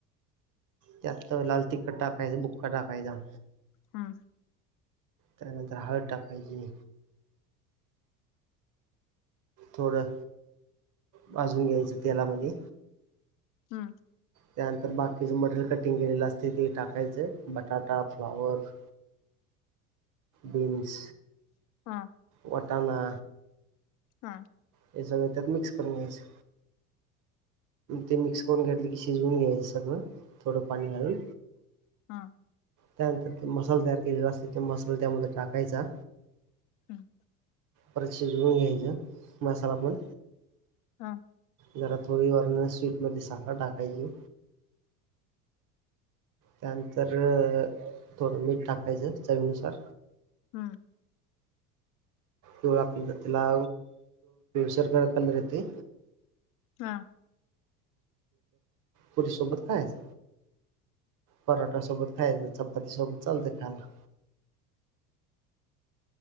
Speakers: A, on the right; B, on the left.
A: त्यात लाल तिखट टाकायचं बुक्का टाकायचा
B: हा
A: त्यानंतर, हळद टाकायची थोडं भाजून घ्यायचं तेलामध्ये
B: हम्म
A: त्यानंतर बाकीच मटेरियल कटिंग केलेलं असते ते टाकायचं बटाटा फ्लावर बन्स
B: हा
A: वाटना
B: हा
A: त्या स त्यात मिक्स करून घ्यायचं ते मिक्स करून घेतलं की शिजवून घ्यायचं सगळं थोडं पाणी घालून
B: हा
A: त्यानंतर ते मसाल तयार केलेला असते ते मसाल त्यामध्ये टाकायचा
B: हम्
A: परच शजून घ्यायचं मसालात पण
B: हा
A: जरा थोडी वारण स्वीटमध्ये साखर टाकायची त्यानंतर थोडं मीठ टाकायचं चवीनुसार
B: हम्म
A: व आपला सरख येते
B: हा
A: पुरी सोबत कायच पराठासोबत खायचं चपाती सोबत चालतं खायला.